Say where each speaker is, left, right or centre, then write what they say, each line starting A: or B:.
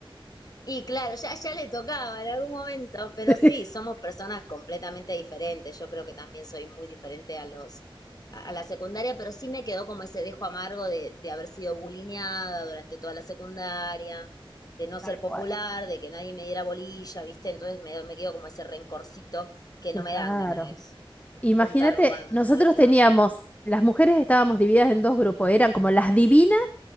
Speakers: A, on the left; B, on the left.
A: Y claro, ya, ya le tocaba en algún momento,
B: <laughs>
A: pero sí, somos personas completamente diferentes. Yo creo que también soy muy diferente a los, a, a la secundaria, pero sí me quedó como ese dejo amargo de, de haber sido bulineada durante toda la secundaria, de no
B: Tal
A: ser popular,
B: cual.
A: de que nadie me diera bolilla, ¿viste? Entonces me, me quedó como ese rencorcito que
B: Claro.
A: no me dan ganas de
B: Imagínate,
A: juntarme con
B: nosotros
A: algunos.
B: teníamos, las mujeres estábamos divididas en dos grupos, eran como las divinas